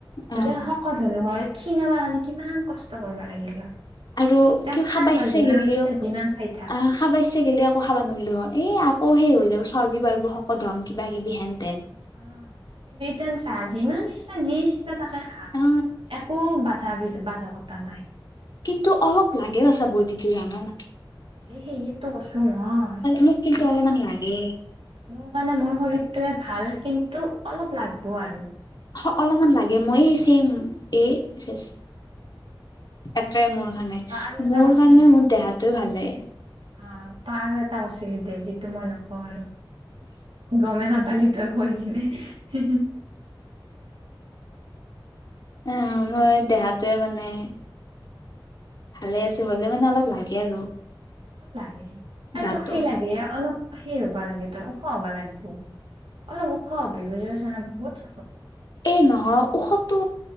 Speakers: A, on the left; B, on the right.
A: অ
B: যদি শকত হ'লো হয় ক্ষীণাবাৰ কাৰণে কিমান কষ্ট কৰব লাগিল হয়
A: আৰু
B: তেন
A: কি
B: খা
A: খাবা
B: তই
A: ইচ্ছা
B: যিমান
A: গেলিও
B: ইচ্ছা যিমান খাই থাক।
A: অ খাবা ইচ্ছা গিলেও একৌ খাবা নোৱাৰলোও হয় এ আ অ সেই হৈ যাব চৰ্বি বাৰ্ব শকত হম কিবা কিবি হেন তেন
B: আ ইটান চাহ যিমান ইচ্ছা যি ইচ্ছা তাকে খা
A: অ
B: একো বা বাধা বাধকতা নাই
A: কিন্তু অলপ লাগেওছা বৈদিটো জান না
B: এ সেয়টো কছো মই
A: মোক কিন্তু
B: মোৰ
A: অলপমান
B: কাৰণে
A: লাগে
B: মোৰ কাৰণে মোৰ শৰীৰ এটোৱে ভাল কিন্তু অলপ লাগব আৰু
A: অ অলপমান লাগে মইয়ে চেম এ চেচ একে মোৰ কাৰণে
B: তই আৰু এটা
A: মোৰ
B: কৈছিলি
A: কাৰণে
B: দে
A: মোৰ দেহটো ভালে
B: অ তই আৰু এটা কৰছিলি দে যিটো মই নকওঁ আৰু গমে নেপালি ত হৈ কিনে হে হে
A: অহ মোৰ দেহাতোৱে মানে ভালে আছে হলেও মানে অলপ লাগে আৰু
B: অলপ লাগে এই
A: গাটো
B: তোক সেই লাগে অলপ। সেই হ'বা লাগে তই ওখ হবা লাগব অলপ ওখ হবি বুজি পাইছ না বহুত চ।
A: এ নহয় ওখ টো